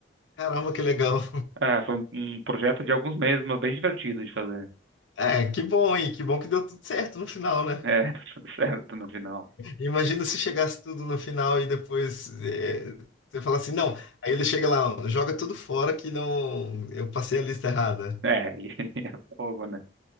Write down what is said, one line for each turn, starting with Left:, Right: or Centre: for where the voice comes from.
Left: Caramba, que legal.
Right: É, foi um, um projeto de alguns meses, mas bem divertido de fazer.
Left: É, que bom, hein? Que bom que deu tudo certo no final, né?
Right: É, <laughs> deu certo no final.
Left: Imagina se chegasse tudo no final e depois é, você fala assim, não. Aí ele chega lá, joga tudo fora que não. Eu passei a lista errada.
Right: É, e <laughs> é fogo, né?